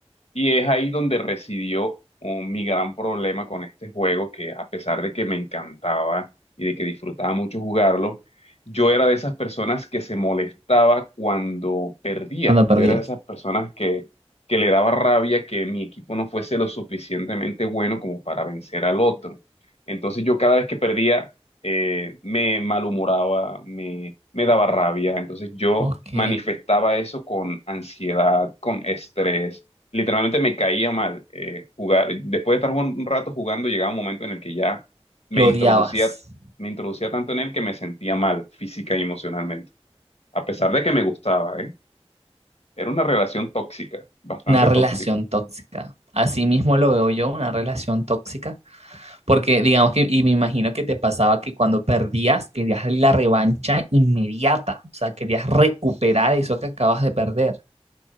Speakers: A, on the left; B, on the right.
A: Y es ahí donde residió um, mi gran problema con este juego, que a pesar de que me encantaba y de que disfrutaba mucho jugarlo, yo era de esas personas que se molestaba cuando perdía.
B: cuando perdías.
A: Yo era de esas personas que, que le daba rabia que mi equipo no fuese lo suficientemente bueno como para vencer al otro. Entonces yo cada vez que perdía eh, me malhumoraba, me, me daba rabia. Entonces yo
B: Ok,
A: manifestaba eso con ansiedad, con estrés literalmente me caía mal eh, jugar. Después de estar un un rato jugando, llegaba un momento en el que ya me
B: lo
A: introducía,
B: odiabas.
A: me introducía tanto en él que me sentía mal física y emocionalmente, a pesar de que me gustaba, ¿eh? Era una relación tóxica, bastante
B: Una relación
A: tóxica.
B: tóxica. Así mismo lo veo yo, una relación tóxica Porque digamos que, y me imagino que te pasaba que cuando perdías, querías la revancha inmediata, o sea, querías recuperar eso que acabas de perder.